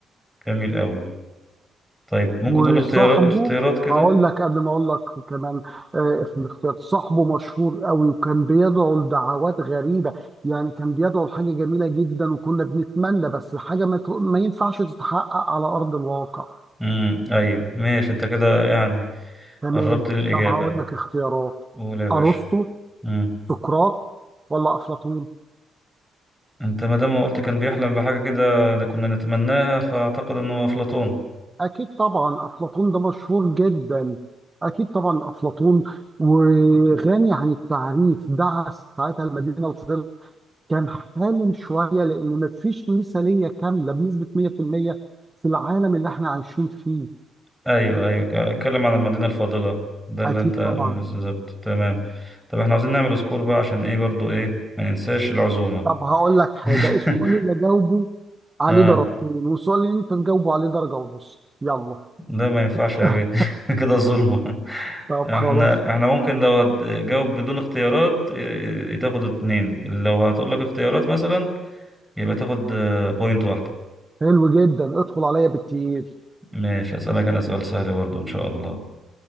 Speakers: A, in the centre; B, on the right (about 20°).
A: جميل قوي طيب ممكن
B: وصاحبه
A: تقول اختيار اختيارات كده
B: هقول لك قبل ما أقول لك كمان آه، في الاختيار صاحبه مشهور قوي وكان بيدعو لدعوات غريبة يعني كان بيدعو لحاجة جميلة جدا وكنا بنتمنى بس حاجة ما, ت- ما ينفعش تتحقق على أرض الواقع
A: امم ايوه ماشي انت كده يعني
B: تمام
A: قربت للاجابه
B: طب هقول لك اختيارات
A: قول يا باشا
B: أرسطو
A: امم
B: سقراط ولا أفلاطون
A: انت ما دام ما قلت كان بيحلم بحاجه كده كنا نتمناها فاعتقد انه افلاطون
B: أكيد طبعا أفلاطون ده مشهور جدا أكيد طبعا أفلاطون وغني عن التعريف دعس ساعتها المدينة الفاضلة كان حالم شوية لأن مفيش مثالية كاملة بنسبة 100% في المية في العالم اللي إحنا عايشين فيه
A: ايوه ايوه ك- اتكلم عن المدينه الفاضله ده اللي
B: أكيد
A: انت بالظبط
B: طبعا
A: تمام طب احنا عاوزين نعمل سكور بقى عشان ايه برضو ايه ما ننساش العزومه
B: طب هقول لك حاجة
A: <laughs>
B: السؤال اللي أجاوبه عليه
A: اه
B: درجتين والسؤال اللي أنت تجاوبه عليه درجة ونص يلا
A: لا ما ينفعش يا
B: <laughs>
A: بيه <laughs> كده ظلم
B: طب
A: احنا
B: خلاص
A: احنا ممكن لو هتجاوب بدون اختيارات ي- تاخد اتنين لو هتقول لك اختيارات مثلا يبقى تاخد آه، بوينت واحدة
B: حلو جدا ادخل عليا بالتقيل
A: ماشي اسألك انا سؤال سهل برضو ان شاء الله